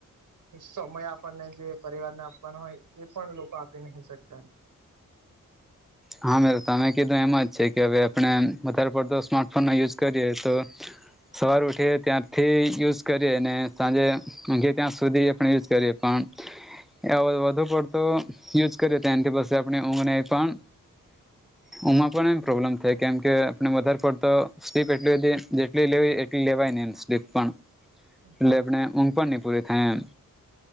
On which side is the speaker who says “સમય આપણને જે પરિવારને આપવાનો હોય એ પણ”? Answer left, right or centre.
Right